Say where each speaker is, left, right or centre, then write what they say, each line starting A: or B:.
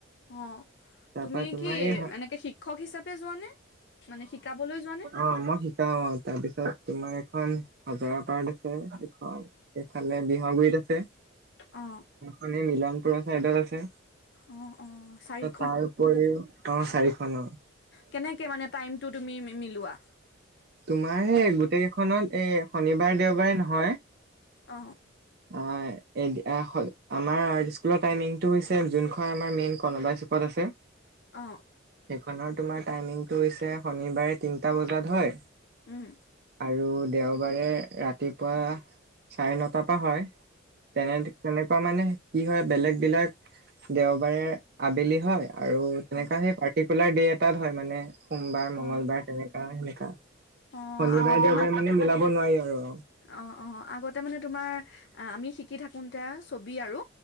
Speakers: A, on the left; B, on the right.
A: অ
B: তাৰপা
A: তুমি
B: তোমাৰ
A: কি
B: এই
A: এনেকে শিক্ষক হিচাপে যোৱানে, মানে শিকাবলৈ যোৱা নে?
B: অ মই শি কাও অ তাৰপিছত তোমাৰ এখন হজৰা পাৰ্ট আছে এখন এইফালে বিহাগুৰিত আছে।
A: অ।
B: মানে মিলনপুৰৰ চাইডত আছে।
A: অ অ চাৰি
B: তাৰ উপৰিও অ চাৰিখন অ।
A: কেনেকে মানে টাইমটো তুমি মি মিলোৱা?
B: তোমাৰ সে গোটেই কেইখনত এ শনিবাৰ দেওবাৰে নহয়
A: অ।
B: অ এ এয়া আমাৰ আৰ্ট স্কুলৰ টাইমিংটো হৈছে যোনখন আমাৰ মেইনখন বাইছো কত আছে
A: অ
B: সেইখনৰ তোমাৰ টাইমিংটো হৈছে শনিবাৰে তিনিটা বজাত হয়
A: উম
B: আৰু দেওবাৰে ৰাতিপুৱা চাৰে নটাৰ পৰা হয়। তেনে তেনেকোৱা মানে কি হয় বেলেগ বিলাক দেওবাৰে বেলি হয় আৰু তেনেকা
A: অ
B: সেই পাৰ্টিকুলাৰ ডে এটাত হয় মানে। সোমবাৰ মংগলবাৰ
A: অ
B: তেনেকা সেনেকা
A: অ
B: শনিবাৰে
A: আগতে
B: দেওবাৰে মানে মিলাব নোৱাৰি আৰু অ।
A: অ অ আগতে মানে তোমাৰ আমি শিকি থাকোতে ছবি আৰু